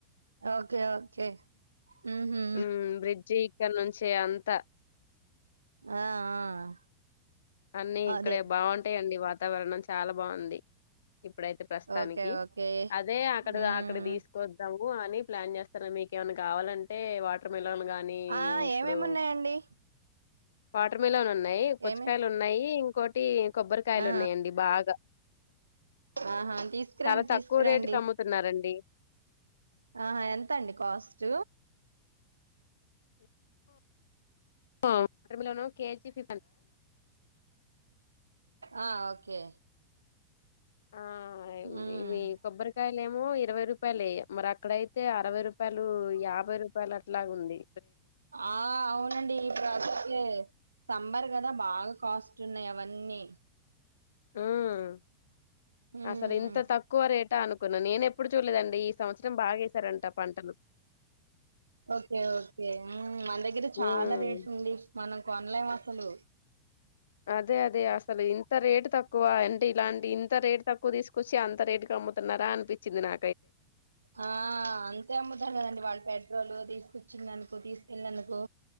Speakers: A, on the right; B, on the left.
A: ఓకే ఓకే ఉహు
B: ఉమ్ బ్రిడ్జి ఇక్కడ నుంచి అంతా
A: ఆ ఆ
B: అన్నిీ ఇక్కడే
A: అదే
B: బాగుంటాయండి వాతావరణం చాలా బాగుంది ఇప్పుడైతే ప్రస్తుతానికి
A: ఓకే ఓకే
B: అదే అక్కడ
A: ఉమ్
B: అక్కడ తీసుకొద్దాము అని ప్లాన్ చేస్ అర మీకేమన్నా కావాలంటే వాటర్ మిలన్లు గానీ
A: ఆ
B: ఇప్పుడు
A: ఏమేమి ఉన్నాయండి
B: వాటర్ మిలిన్ ఉన్నాయి పూచ్
A: ఏమే
B: ఉన్నాయి ఇంకోటి కొబ్బరికాయలు
A: ఆ
B: ఉన్నాయండి బాగా
A: ఆహా తీసుకురండి
B: చాలా తక్కువ
A: తీసుకురండి
B: రేటు కి అమ్ముతున్నారంండి
A: ఆహా ఎంత అండి కాస్ట్
B: <inaudible> వాటర్మేలోన్ కెజి <inaudible>
A: ఆ ఓకే
B: ఆ
A: ఉమ్
B: ఇవి కొబ్బరికాయ లు ఏమో ఇరవై రూపాయలే ఇగ మరి అక్కడయితే అరవై రూపాయలు యాభై రూపాయలు అట్లాగా ఉంది
A: ఆ అవునండి ఇప్పుడు <unintelligible> సమ్మర్ కదా బాగా కాస్ట్ ఉన్నాయి అవన్నీ
B: ఉమ్
A: ఉమ్
B: అసలు ఇంత తక్కువ రేటా అనుకున్నాను నేన ఎప్పుడు చూడలేదండి ఈ సంవత్సరం బాగాసారంట పంటలు
A: ఓకే ఓకే ఉమ్ మన దగ్గర
B: హ్మ్.
A: చాలా రేట్ ఉంది మనం కొన్లెం ఆ సాలు
B: అదే అదే అసలు ఇంత రేటు తక్కువ అంటే ఇలాంటి ఇన్ తా రేట్ తక్కువ తీసుకొచ్చి అంత రేట్ కి అమ్ముతున్నారా అనిపించింది నా
A: ఆ అంతే అమ్ముతారు <unintelligible> దండి వాళ్ళు పెట్రోలు తీసుకొచ్చినదుకు, తీసుకెళ్ళినందుకు